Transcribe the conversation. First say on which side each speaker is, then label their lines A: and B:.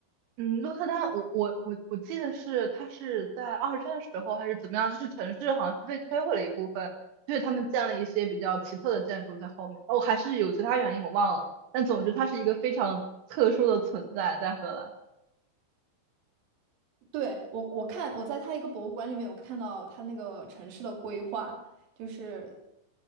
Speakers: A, on the right; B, on the right.
A: 嗯，鹿特丹，我我我我记得是它是在二战时候还是怎么样，就是城市好像是被摧毁了一部分，所以他们建了一些比较奇特的建筑在后面。哦，还是有其他原因我忘了，但总之它是一个非常特殊的存在在荷兰。
B: 对，我我看我在他一个博物馆里面有看到他那个城市的规划，就是